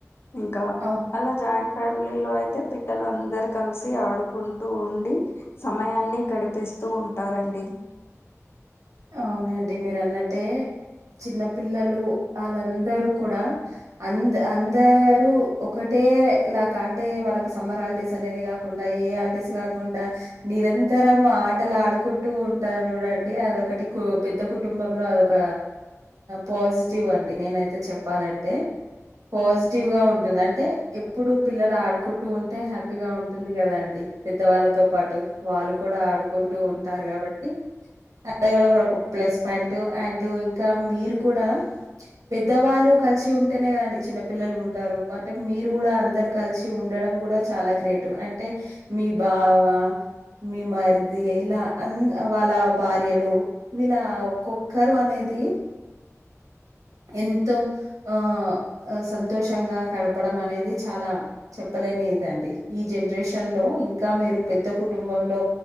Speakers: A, on the left; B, on the right.
A: ఇంకా
B: అవును.
A: అలా జాయింట్ ఫ్యామిల్ లిలో అయితే పిల్లలు అందరు కలిసి ఆడుకుంటూ ఉండి సమయాన్ని గడిపేస్తూ ఉన్ ఉంటారండి
B: అవునండి మీరన్నట్టే చిన్న పిల్లలు ఆళ్ళందరూ కూడా అంద్ అందరూ ఒకటే ఏ లాక అంటే వాళ్ళకు సమ్మర్ హాలిడేస్ అనేది గాకుండా ఏ హాలిడేస్ గాకుండా నిరంత తరం ఆటలు ఆడుకుంటూ ఉంటారు చూడండి అదొకటి కు పెద్ద కుటుంబంలో అదొక పాజిటివ్ అండి నేనైతే చెప్పాలంటే పాజిటివ్ గా ఉంటది అంటే ఎప్పుడు పిల్లలాడుకుంటూ ఉంటే హ్యాపీగా ఉంటుంది గదా అండి పెద్దవాళ్ళతో పాటు వాళ్ళు కూడా ఆడుకుంటూ ఉంటారు గాబట్టి అది గుడ మనక్ ఒక ప్లస్ పాయింట్ అండ్ ఇంకా మీరు కూడా పెద్దవాళ్ళు కలిసి ఉంటేనే గదండి చిన్న పిల్లలు ఉంటరు బట్ మీరు గూడ అందరు కలిసి ఉండడం గూడ చాలా గ్రేట్ అంట్ టే మీ బావ మీ మర్ది ఇగ ఇలా అంద్ వాళ్ళ భార్ ర్యలు ఇలా ఒక్కొక్కరు అనేది ఎంతో ఆ సంతోషంగా గడపడం అనేది చాలా చెప్పలే అనేదండి ఈ జనరేషన్ లో ఇంకా మీరు పెద్ద కుటుంబంలో